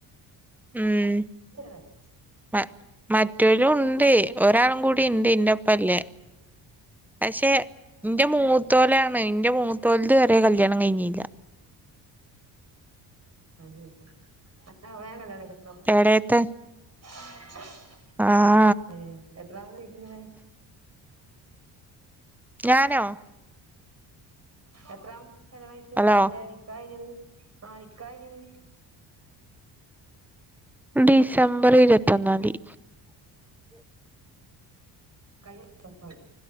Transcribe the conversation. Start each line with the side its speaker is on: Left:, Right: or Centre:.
Centre: ഉം
Right: <unintelligible>
Centre: മ മറ്റൊലും ഉണ്ട് ഒരാളും കൂടി ഉണ്ട് ഇന്റോപ്പല്ലേ പക്ഷെ എന്റെ മൂത്തോലാണ് എന്റെ മൂത്തോല്ത് വരെ കല്യാണം കഴിഞ്ഞില്ല
Right: അത് ശരി അന്നേ വേം കല്യാണം കഴിച്ചക്കണോ
Centre: എടേത്തെ
Right: <inaudible>
Centre: ആഹ്
Right: ഏഹ് എത്രാമത് വീട്ടിലിര്ക്ക്ണേ?
Centre: ഞാനോ?
Right: എത്രാ മാസായി കല്യാണം കഴിച്ചേ
Centre: ഹലോ
Right: അന്റെ നിക്കാഹ്‌ കഴിഞ്ഞത് ആ നിക്കാഹ്‌ കഴിഞ്ഞത്?
Centre: ഡിസംബർ ഇരുപത്തൊന്നാന്തി
Right: കഴിഞ്ഞ ഡിസംബറ്